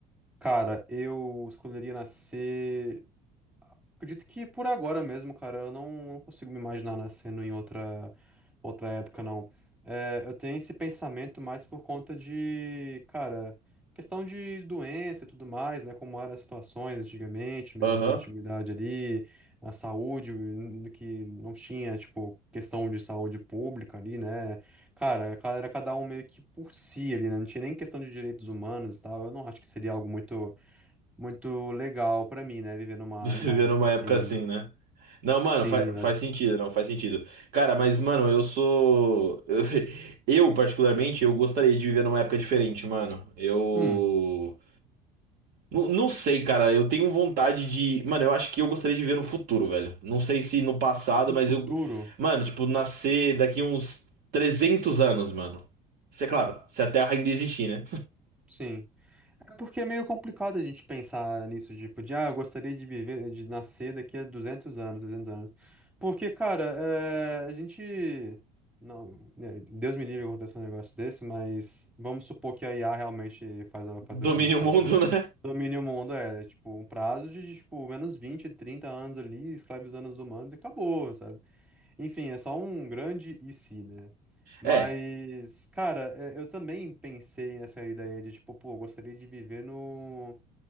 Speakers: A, in the centre; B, on the right.
A: Cara, eu escolheria nascer. Acredito que por agora mesmo, cara, eu não, não consigo me imaginar nascendo em outra, outra época, não. É, eu tenho esse pensamento mais por conta de, cara, questão de doença e tudo mais, né? Como eram as situações antigamente, mesmo
B: Aham.
A: assim na antiguidade ali, a saúde, hum, que não tinha, tipo, questão de saúde pública ali, né? Cara, era cada um meio que por si ali, né? Não tinha nem questão de direitos humanos e tal. Eu não acho que seria algo muito muito legal pra mim, né? Viver
B: <laughs>
A: numa,
B: Viver
A: numa época
B: numa
A: assim.
B: época assim, né? Não, mano,
A: Sim,
B: faz,
A: velho.
B: faz sentido, não, faz sentido. Cara, mas, mano, eu sou. <laughs> Eu, particularmente, eu gostaria de viver numa época diferente, mano. Eu.
A: Hum,
B: Não, não sei, cara, eu tenho vontade de. Mano, eu acho que eu gostaria de viver no futuro, velho. Não sei se no passado,
A: no
B: mas
A: futuro,
B: eu. Mano, tipo, nascer daqui uns 300 anos, mano. Isso é claro, se a Terra ainda existir, né?
A: sim. É porque é meio complicado a gente pensar nisso, tipo, de, ah, eu gostaria de viver, de nascer daqui a 200 anos, 300 anos. Porque, cara, é, a gente. Não, né, Deus me livre acontecer um negócio desse, mas vamos supor que a IA realmente faz, a- faz
B: Domine
A: alguma coisa.
B: o mundo, né?
A: Domine o mundo, é, tipo, um prazo de, tipo, menos 20 30 anos ali, escravizando os humanos e acabou, sabe? Enfim, é só um grande e se, né? Mas,
B: É,
A: cara, é, eu também pensei nessa ideia de, tipo, pô, eu gostaria de viver no,